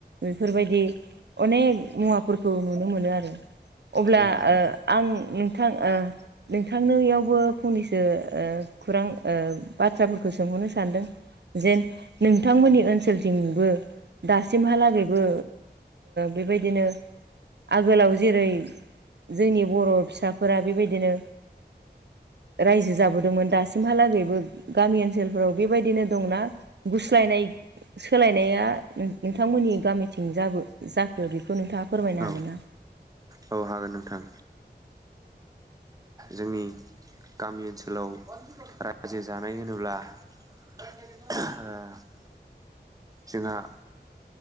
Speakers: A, on the right; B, on the right.
A: बेफोरबायदि अनेक मुवाफोरखौ नुनो मोनो आरो अब्ला
B: औ नोंथां
A: आं नोंथां नोंथांनोयावबो फंनैसो खौरां बाथ्राफोरखौ सोंहरनो सानदों जेन नोंथांमोननि ओनसोलथिंबो दासिमहालागैबो बेबायदिनो आगोलाव जेरै जोंनि बर' फिसाफोरा बेबायदिनो रायजो जाबो दोंमोन दासिमहालागैबो गामि ओनसोलफोराव बेबायदिनो दंना गुस्लायनाय सोलायनाया नोंथांमोननि गामिथिं जाबो जाखो बेखौ नोंथाङा। फोरमायनो हागोन
B: औ
A: ना?
B: औ हागोन नोंथां। जोंनि गामि ओनसोलाव रायजो जानाय होनोब्ला <unintelligible> जोंहा